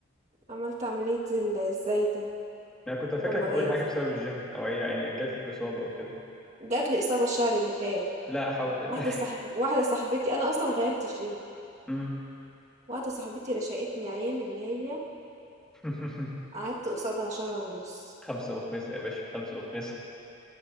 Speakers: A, on the right; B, in the centre.
A: عملت عملية ال- ازاي ده
B: انا كنت فاكرك
A: طب ما
B: هتقولي
A: يعني
B: حاجة بسبب الجيم او هي يعني جات لك اصابة او كده
A: جات لي إصابة الشهر اللي فات
B: لا حول
A: واحدة صاحب واحدة صاحبتي أنا أصلا غيرت الجيم
B: مم.
A: واحدة صاحبتي رشقتني عين اللي هي
B: <laughs>
A: قعدت قصادها شهر ونص
B: خمسة وخميس يا باشا خمسة وخميس